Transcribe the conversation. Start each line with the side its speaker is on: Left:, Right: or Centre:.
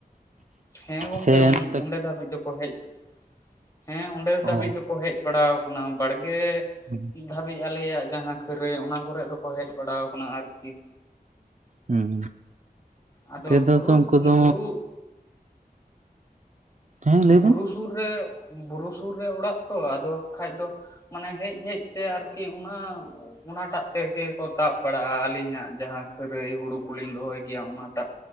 Left: ᱦᱮᱸ ᱜᱚᱝᱠᱮ
Right: ᱥᱮ ᱦᱛᱮ
Left: ᱚᱸᱰᱮ ᱫᱷᱟᱹᱵᱤᱡ ᱫᱚᱠᱚ ᱦᱮᱡ, ᱦᱮᱸ ᱚᱸᱰᱮ ᱫᱷᱟᱹᱵᱤᱡ
Right: ᱚ
Left: ᱫᱚᱠᱚ ᱦᱮᱡ ᱵᱟᱲᱟ ᱠᱟᱱᱟ, ᱵᱟᱲᱜᱮ
Right: <inaudible> <inaudible>
Left: ᱫᱷᱟᱹᱵᱤᱡ ᱟᱞᱮᱭᱟᱜ ᱡᱟᱦᱟᱸ ᱠᱷᱟ. ᱨᱟ. ᱭ, ᱚᱱᱟ ᱠᱚᱨᱮᱜ ᱫᱚᱠᱚ ᱦᱮᱡ ᱵᱟᱲᱟ ᱠᱟᱱᱟ ᱟᱨᱠᱤ᱾
Right: ᱦᱩᱸ,
Left: ᱟᱫᱚ
Right: ᱛᱮᱫᱚ
Left: ᱵᱩᱨᱩ
Right: ᱛᱚ ᱩᱱᱠᱩ ᱫᱚ᱾
Left: ᱵᱩᱨᱩ
Right: ᱦᱮᱸ ᱞᱟᱹᱭ
Left: ᱵᱩᱨᱩ
Right: ᱵᱤᱱ
Left: ᱥᱩᱨ ᱨᱮ ᱵᱩᱨᱩ ᱥᱩᱨ ᱨᱮ ᱚᱲᱟᱜ ᱛᱚ, ᱟᱫᱚ ᱠᱷᱟᱡ ᱫᱚ ᱢᱟᱱᱮ ᱦᱮᱡ ᱦᱮᱡ ᱛᱮ ᱟᱨᱠᱤ ᱚᱱᱟ ᱚᱱᱟᱴᱟᱜ ᱛᱮᱜᱮ ᱠᱚ ᱛᱟᱵ ᱯᱟᱲᱟᱜᱼᱟ ᱟᱹᱞᱤᱧᱟᱜ ᱡᱟᱦᱟᱸ ᱠᱷᱟᱹᱨᱟᱹᱭ ᱦᱩᱲᱩ ᱠᱚᱞᱤᱧ ᱫᱚᱦᱚᱭ ᱜᱮᱭᱟ ᱚᱱᱟᱴᱟᱜᱼᱼ